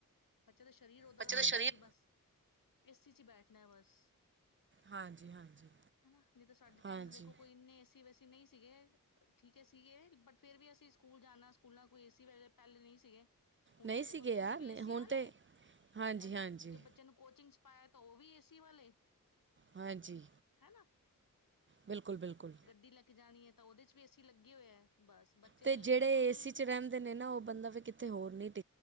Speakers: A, on the left; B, on the right.
A: ਬੱਚੇ ਦਾ ਸਰੀਰ ਓਦਾਂ
B: ਬੱਚੇ
A: ਦਾ ਬਣ
B: ਸ਼ਰੀਰ
A: ਗਿਆ। ਕਿ ਬਸ ਏ ਸੀ ਚ ਬੈਠ ਨਾ ਬਸ।
B: ਹਾਂਜੀ ਹਾਂਜੀ
A: ਹਨਾ। ਨਹੀਂ ਤਾਂ ਸਾਡੇ ਟਾਈਮ
B: ਹਾਂਜੀ
A: ਤੇ ਦੇਖੋ ਕੋਈ ਇੰਨੇ ਵੈਸੀ ਨਹੀਂ ਸੀਗੇ। ਠੀਕ ਹੈ ਸੀਗੇ। ਬਟ ਫੇਰ ਵੀ ਅਸੀਂ ਸਕੂਲ ਜਾਣਾ ਸਕੂਲ ਨਾਲ ਕੋਈ ਏ ਸੀ ਵ ਪਹਿਲੇ ਨਹੀਂ ਸੀਗੇ। ਹੁਣ
B: ਨਹੀਂ
A: ਤਾਂ ਦੇਖੋ
B: ਸੀਗੇ
A: ਸਕੂਲ
B: ਯਾਰ
A: ਵੀ ਏ
B: ਹੁਣ
A: ਸੀ ਵਾਲੇ
B: ਤੇ ਹਾਂਜੀ
A: ਅ।
B: ਹਾਂਜੀ
A: ਬੱਚਿਆਂ ਨੂੰ ਕੋਚਿੰਗ ਹੈ। ਤਾਂ ਉਹ ਵੀ ਏਸੀ ਵਾਲੇ
B: ਹਾਂਜੀ।
A: ਹਨਾ
B: ਬਿਲਕੁਲ-ਬਿਲਕੁਲ
A: ਦੀ ਲੱਗ ਜਾਣੀ ਹੈ। ਤਾਂ ਉਹਦੇ ਚ ਵੀ ਏ ਸੀ ਲੱਗੇ ਹੋਏ ਹੈ। ਬਸ ਬੱਚੇ
B: ਤੇ
A: ਬਿਲਕੁਲ
B: ਜਿਹੜੇ ਏ ਸੀ ਚ ਰਹਿੰਦੇ ਨੇ ਨਾ ਉਹ ਬੰਦਾ ਵੀ ਕਿਥੇ ਹੋਰ ਨਹੀ ਟ